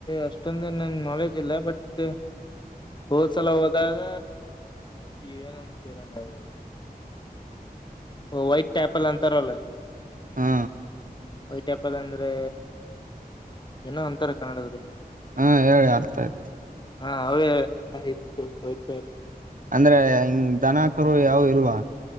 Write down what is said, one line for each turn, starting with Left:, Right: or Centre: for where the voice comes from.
Left: ಅಷ್ಟೊಂದ ಎನ್ ನಾಲೆಜ್ ಇಲ್ಲ ಬಟ್ ಹೋದ್ಸಲ ಹೋದಾಗ ಇವೇನಂತೀರ ನೀವು ಓ ವೈಟ್ ಟ್ಯಾಪಲ್ ಅಂತಾರ ಅಲ್ಲ
Right: ಹಾ
Left: ವೈಟಪ್ಪಲ್ ಅಂದ್ರೆ ಏನೋ ಅಂತಾರ ಕನ್ನಡ್ರ
Right: ಹಾ ಹೇಳಿ ಅರ್ಥ ಆಯ್ತು
Left: ಹಾ ಅವೇ ಆಯ್ತುತಯ್ತ
Right: ಅಂದ್ರೆ ಹಂಗ್ ದನಕರು ಯಾವ ಇಲ್ವಾ